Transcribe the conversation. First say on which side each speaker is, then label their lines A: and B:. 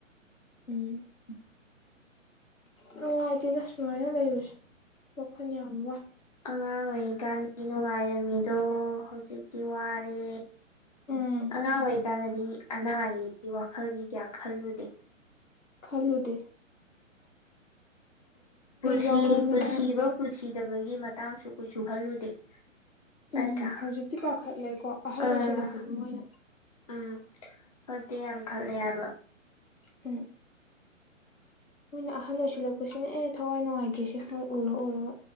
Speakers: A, on the left (about 85°); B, on the left (about 30°).
A: ꯎꯝ
B: <inaudible>
A: ꯅꯨꯡꯉꯥꯏꯇꯦꯗ ꯁꯨꯃꯥꯏꯅ ꯂꯩꯕꯁꯦ ꯋꯥꯈꯜ ꯌꯥꯝ ꯋꯥꯏ
B: ꯑꯉꯥꯡ ꯑꯣꯏꯔꯤꯀꯥꯟꯗꯤ ꯅꯨꯡꯉꯥꯏꯔꯝꯃꯤꯗꯣ ꯍꯧꯖꯤꯛ ꯇꯤ ꯋꯥꯔꯦ
A: ꯎꯝ
B: ꯑꯉꯥꯡ ꯑꯣꯏꯔꯤꯀꯥꯟꯗꯗꯤ ꯑꯅꯥ ꯑꯌꯦꯛ ꯋꯥꯈꯜꯒꯤ ꯀꯌꯥ ꯈꯜꯂꯨꯗꯦ
A: ꯈꯜꯂꯨꯗ
B: ꯄꯨꯁꯤ
A: ꯌꯥꯎꯔꯃꯤꯅ
B: ꯄꯨꯟꯁꯤꯕ ꯄꯨꯟꯁꯤꯗꯕꯒꯤ ꯃꯇꯥꯡꯁꯨ ꯀꯩꯁꯨ ꯈꯜꯂꯨꯗꯦ ꯅꯠꯇ꯭ꯔꯥ
A: ꯎꯝ ꯍꯧꯖꯤꯛꯇꯤ ꯄꯥꯈꯠꯂꯦꯀꯣ ꯑꯍꯟ
B: ꯑꯥ
A: ꯑꯣꯏꯁꯜꯂꯛꯄꯗꯣ ꯃꯣꯏꯅ
B: ꯎꯝ ꯍꯧꯖꯤꯛꯇꯤ ꯌꯥꯝ ꯈꯜꯂꯦ ꯍꯥꯏꯕ
A: ꯎ ꯃꯣꯏꯅ ꯑꯍꯟ ꯑꯣꯏꯁꯤꯜꯂꯛꯄꯁꯤꯅ ꯑꯦ ꯊꯋꯥꯏ ꯅꯨꯡꯉꯥꯏꯇ꯭ꯔꯦꯁꯦꯣꯏ ꯎꯔ ꯎꯔꯒ